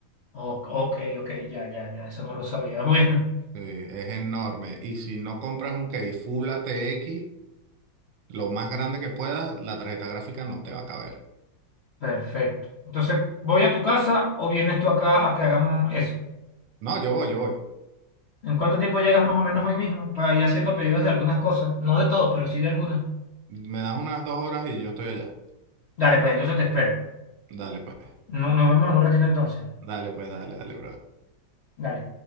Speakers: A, on the left (about 55°); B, on the right (about 75°).
A: o- ok, ok, ya, ya, ya, eso no lo sabía. <laughs> Bueno,
B: Sí, es enorme. Y si no compras un case Full ATX, lo más grande que puedas, la tarjeta gráfica no te va a caber.
A: perfecto. Entonces, ¿voy a tu casa o vienes tú acá a que hagamos eso?
B: No, yo voy, yo voy.
A: ¿En cuánto tiempo llegas más o menos hoy mismo para ir haciendo pedidos de algunas cosas? No de todo, pero sí de algunas.
B: Me das unas dos horas y yo estoy allá.
A: Dale, pues entonces te espero.
B: Dale, pues,
A: No, nos vemos en un ratito entonces.
B: dale, pues, dale, dale, bro.
A: Dale.